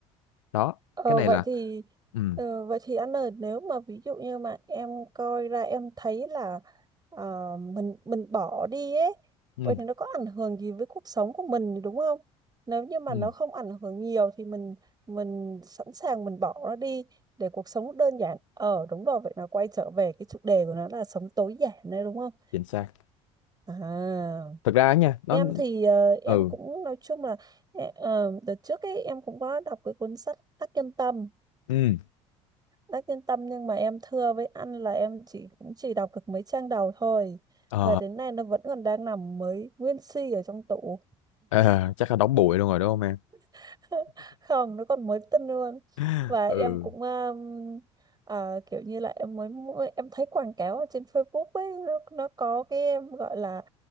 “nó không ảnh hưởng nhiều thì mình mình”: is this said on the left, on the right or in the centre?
Right